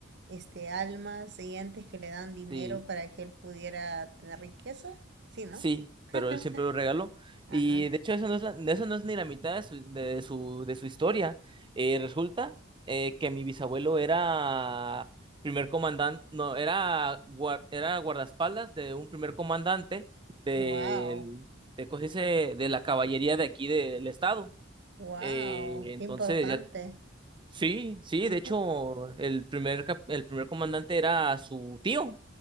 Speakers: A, on the right; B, on the right.
A: este almas y antes que le dan dinero
B: sí.
A: para que él pudiera tener riqueza, sí, ¿no?
B: Sí,
A: <laughs>
B: pero él siempre lo regaló.
A: Ajá.
B: Y de hecho, eso no es, la- eso no es ni la mitad de su, de su, de su historia. Eh, resulta eh, que mi bisabuelo era primer comandante, no, era, guar- era guardaespaldas de un primer comandante del-
A: Wow,
B: de, ¿cómo se dice? de la caballería de aquí del estado.
A: wow,
B: Eh, entonces,
A: qué importante.
B: ya, sí, sí,
A: Ujú.
B: de hecho, el primer, cap- el primer comandante era su tío,